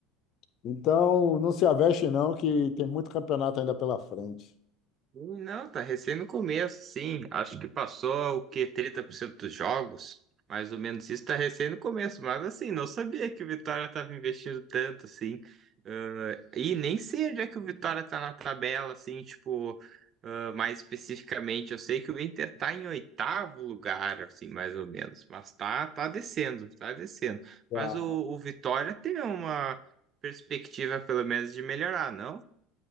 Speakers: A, on the left; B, on the right.
A: Então, não se aveste não, que tem muito campeonato ainda pela frente.
B: Não, tá recém no começo, sim. Acho que passou o quê? trinta por cento dos jogos? Mais ou menos isso, tá recém no começo. Mas assim, não sabia que o Vitória tava investindo tanto, assim. Ah, e nem sei onde é que o Vitória tá na tabela, assim, tipo, ah, mais especificamente. Eu sei que o Inter tá em oitavo lugar, assim, mais ou menos. Mas tá, tá descendo, tá descendo.
A: Tá.
B: Mas o, o Vitória tem uma perspectiva, pelo menos, de melhorar, não?